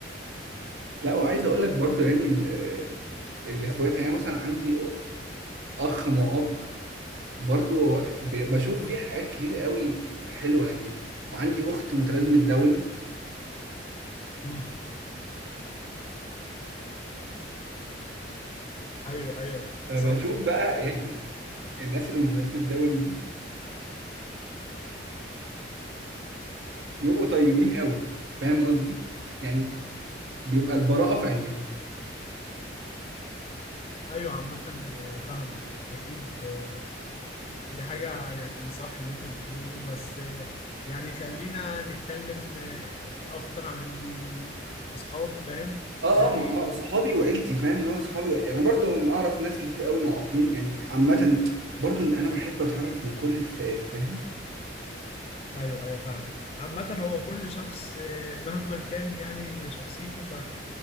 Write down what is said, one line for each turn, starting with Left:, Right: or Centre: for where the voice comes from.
Right: لا وعايز اقول لك برضه يعني ال- آه، الاخوات يعني أنا مثلا عندي اخ معاق برضه ب- بشوف
Left: مم.
Right: فيه حاجات كتير قوي حلوه يعني وعندي اخت متلازمه داون
Left: مم. أيوه أيوه
Right: فبشوف
Left: صح
Right: بقى يعني الناس اللي متلازمة داون دي بيبقوا طيبين قوي فاهم قصدي يعني بيبقى البراءة في عينيهم
Left: أيوه عامة آه، فاهمك أكيد آه، دي حاجة يعني صح اللي أنت بتقوله بس آه، يعني خلينا نتكلم آه، أكتر عن الأصحاب فاهم؟
Right: اه
Left: يعني
Right: اه ما هو صحابي وعيلتي فاهم اللي هو صحابي وعيلتي. انا برضو اعرف ناس كتير قوي معاقين يعني عامة برضو إن انا بحب اتعرف من كل الفئات فاهم
Left: ايوه ايوه فاهمك عامة هو كل شخص آه، مهما كان يعني شخصيته ف